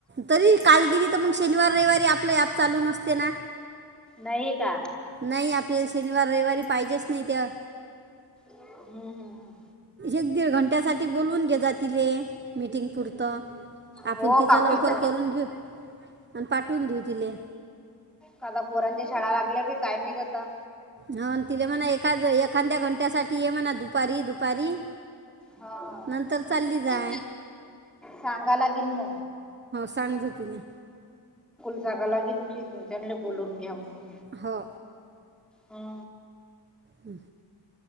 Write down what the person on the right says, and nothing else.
तरी काल गेली तर मग शनिवार रविवारी आपलं ऍप चालू नसते ना.
नाई आपल्याला शनिवार रयवारी पाहिजेच नाय त्य
एक दीड घंट्यासाठी बोलवून घे जातील ये मीटिंग पुरतं. आपण
तिचं
लवकर करून घेऊ आणि पाठवून देेऊ तिले
ह तिला म्हणा एखाद एखाद्या घंट्या साठी ये म्हणा दुपारी दुपारी
नंतर चालली जाय
सांजतिनीं
हो.
हं